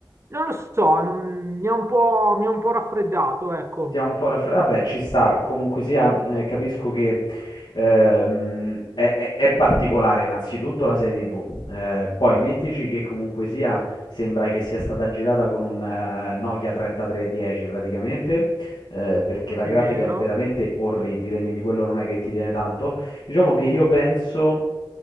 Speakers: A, on the right (about 35°); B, on the left (about 70°).
A: Non lo so, non- mi ha un po', mi ha un po' raffreddato, ecco,
B: Ti ha un po' raffreddato. Vabbè, ci sta, comunque sia, eh, capisco che ehm, è, è- è particolare innanzitutto la serie TV. Eh, poi mettici che comunque sia, sembra che sia stata girata con un eh, Nokia 3310 praticamente, eh, perché la
A: è
B: grafica
A: vero.
B: è veramente orribile, quindi quello non è che ti tiene tanto. Diciamo che io penso